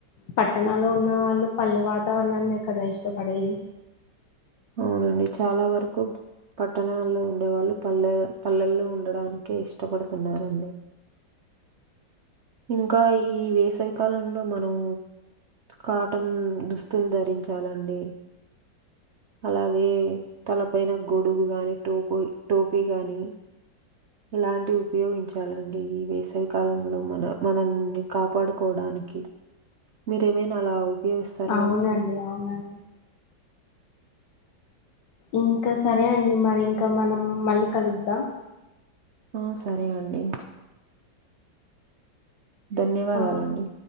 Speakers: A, on the left; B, on the right.
A: పట్టణాళ్ళో ఉన్న వాళ్ళు పల్లె వాతావరణాన్ని కదా ఇష్టపడేది
B: అవునండి చాలా వరకు పట్టణాల్లో ఉండేవాళ్ళు పల్లె పల్లెల్లో ఉండడానికే ఇష్టపడుతున్నరండి ఇంకా ఈ వేసవికాలం లో మనం కాటన్ దుస్తులు ధరించాలండి అలాగే తలపైన గొడుగు గాని టోపు టోపీ గాని ఇలాంటి ఉపయోగించాలండి ఈ వేసవి కాలంలో మన మనల్ని కాపాడుకోవడాని కి మీరేమైన అలా ఉపయోగిస్తారా
A: అవునండి
B: అండి
A: అవునండి ఇంకా సరే అండి మరి ఇంకా మనం మళ్ళీ కలుద్దాం
B: ఆ సరే అండి ధన్యవాదాలండి
A: ఆ